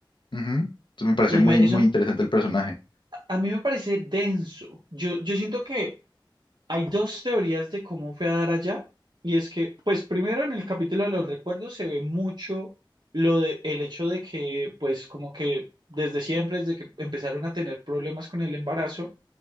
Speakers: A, on the left; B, on the right.
A: Ujú. Entonces me parece
B: Eh,
A: muy,
B: me-
A: muy
B: Eso
A: interesante el personaje.
B: a mí me parece denso. Yo, yo siento que Hay dos teorías de cómo fue a dar allá, y es que, pues primero en el capítulo de los recuerdos se ve mucho lo de el hecho de que, pues como que desde siempre, desde que empezaron a tener problemas con el embarazo,